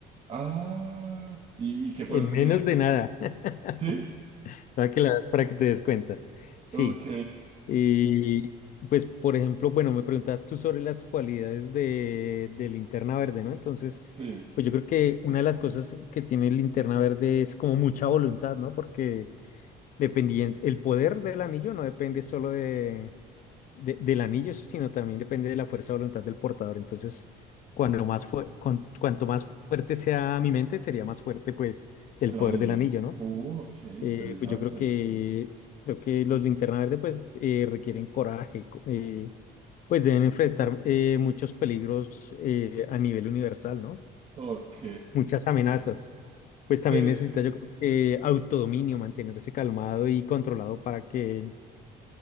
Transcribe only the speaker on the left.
En
menos de nada. <laughs>
Para que, la- para que te des cuenta. Sí.
Y pues, por ejemplo, bueno, me preguntabas tú sobre las cualidades de, de Linterna Verde, ¿no? Entonces,
pues yo creo que una de las cosas que tiene Linterna Verde es como mucha voluntad, ¿no? Porque dependiente, el poder del anillo no depende solo de de- del anillo, sino también depende de la fuerza de voluntad del portador. Entonces, cuando más fue, con- cuanto más fuerte sea mi mente, sería más fuerte pues el
poder
del anillo, ¿no?
Eh,
pues yo creo que creo que los linterna verde pues eh, requieren coraje, co- eh, pues deben enfrentar eh, muchos peligros eh, a nivel universal, ¿no?
Muchas amenazas. Pues también
necesita yo creo que autodominio, mantenerse calmado y controlado para que